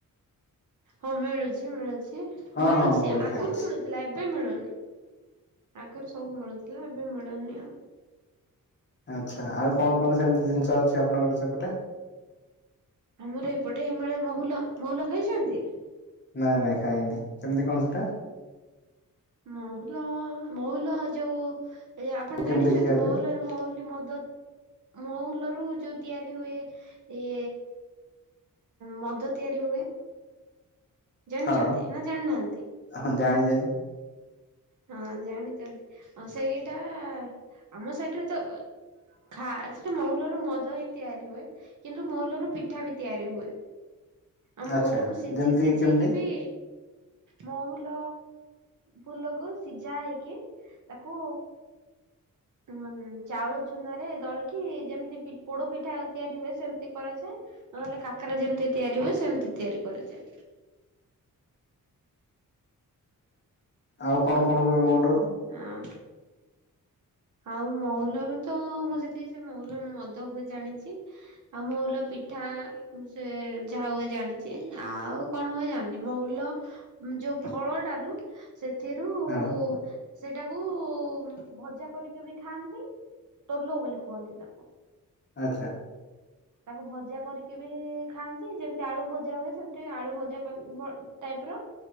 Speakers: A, on the right (about 60°); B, on the left (about 35°).
A: ହଁ ମିଳୁ ମିଳୁଛି ମିଳୁଛି
B: ହଁ
A: ମିଳୁଛି
B: ହଁ ମୁଁ ବି
A: ଆଗରୁ
B: ଖାଇଛି।
A: ମିଳୁ ଥିଲା ଏବେ ମିଳୁନି ଆଗରୁ ସବୁ ମିଳୁଥିଲା ଏବେ ମିଳୁନି ଆଉ।
B: ଆଚ୍ଛା ଆଉ କଣ କଣ ସେମିତି ଜିନିଷ ଅଛି ଆପଣଙ୍କର ସେପଟେ?
A: ଆମର ଏପଟେ ମିଳେ ମହୁଲ ମହୁଲ ଖାଇଛନ୍ତି?
B: ନାଇଁ ନାଇଁ ଖାଇନି କେମିତି କଣ ସେଟା
A: ମହୁଲ ମହୁଲ ଯୋଉ। ଏ ଆପଣ
B: କେମିତି
A: ଜାଣିଛନ୍ତି
B: ଖିଆଯାଏ?
A: ମହୁଲରେ ମହୁଲି ମଦ ମହୁଲ ରୁ ଯୋଉ ତିଆରି ହୁଏ ଏ ମଦ ତିଆରି ହୁଏ। ଜାଣିଚନ୍ତି
B: ହଁ
A: ନା ଜାଣିନାହାନ୍ତି।
B: ହଁ ଜାଣିଚି।
A: ହଁ ଜାଣିଚନ୍ତି ଆଉ ସେଇଟା ଆମ ସାଇଟ୍ ରେ ତ। ଖା ସେଟା ମହୁଲ ର ମଦ ହିଁ ତିଆରି ହୁଏ କିନ୍ତୁ ମହୁଲ ରୁ ପିଠା ବି ତିଆରି ହୁଏ। ଆଉ
B: ଆଚ୍ଛା
A: ମହୁଲ କୁ ସିଜ୍
B: ଯେମିତି
A: ସିଝେଇକି
B: କେମିତି?
A: ବି। ମହୁଲ ଫୁଲକୁ। ସିଝା ହେଇକି ତାକୁ। ଉଁ ଚାଉଳ ଚୁନା ରେ ଦଳିକି ଯେମିତି ପି ପୋଡ ପିଠା ତିଆରି ହୁଏ ସେମିତି କରାଯାଏ। ନହେଲେ କାକରା ଯେମିତି ତିଆରି ହୁଏ ସେମିତି ତିଆରି କରାଯାଏ।
B: ଆଉ କଣ କଣ ହୁଏ ମହୁଲରୁ?
A: ହଁ। ଆଉ ମହୁଲରୁ ତ ମୁଁ ଯେତିକି ସେ ମହୁଲ ରୁ ମଦ ହୁଏ ଜାଣିଚି। ଆଉ ମୋହୁଲ ପିଠା ସେ ଯାହା ହୁଏ ଜାଣିଚି ଆଉ। କଣ ହୁଏ ଜାଣିନି ମହୁଲ ଯୋଉ ଫଳଟାରୁ ସେଥିରୁ।
B: ହଁ।
A: କୁ ସେଟାକୁ ଉଂ ଭଜା। କରିକି ବି ଖାଆନ୍ତି ଟୋଲ ବୋଲି କୁହନ୍ତି ତାକୁ।
B: ଆଚ୍ଛା।
A: ହ <inaudible> ତାକୁ ଭଜା କରିକି ବି ଖାଆନ୍ତି ଯେମତି ଆଳୁ ଭଜା ହୁଏ ସେମତି ଆଳୁ ଭଜା କରି ବ ଟାଇପ୍ ର।